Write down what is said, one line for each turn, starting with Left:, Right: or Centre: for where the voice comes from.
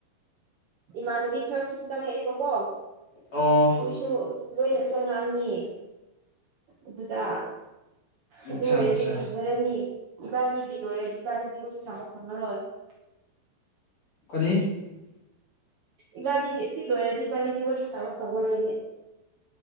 Right: ꯏꯃꯥꯟꯅꯕꯤ ꯈꯔ ꯁꯨꯝ ꯆꯪꯉꯛꯑꯦꯕꯀꯣ
Left: ꯑꯣ
Right: ꯃꯣꯏꯁꯨ ꯂꯣꯏꯅ ꯆꯪꯉꯛꯑꯅꯤ ꯑꯗꯨꯗ
Left: ꯑꯠꯆꯥ
Right: ꯑꯗꯨ ꯑꯣꯏꯔꯗꯤ
Left: ꯑꯠꯆꯥ
Right: ꯐꯖꯔꯅꯤ꯫ ꯏꯕꯥꯥꯅꯤꯒꯤ ꯂꯣꯏꯔꯗꯤ ꯏꯕꯥꯅꯤꯗꯤ ꯋꯥꯔꯤ ꯁꯥꯕ ꯐꯪꯉꯔꯣꯏ꯫ <unintelligible>
Left: <unintelligible>
Right: ꯏꯕꯥꯅꯤꯗꯤ ꯑꯁꯤ ꯂꯣꯏꯔꯗꯤ ꯏꯕꯅꯤꯗꯤ ꯋꯥꯔꯤ ꯁꯥꯕ ꯐꯪꯉꯔꯣꯏꯅꯦ꯫